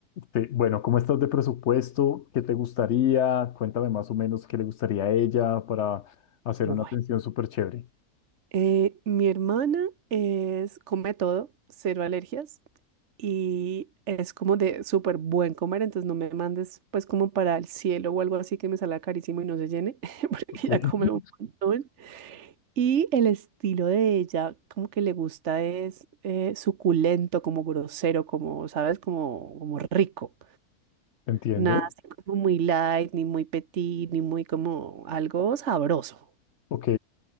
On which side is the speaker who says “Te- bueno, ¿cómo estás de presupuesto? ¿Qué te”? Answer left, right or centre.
Left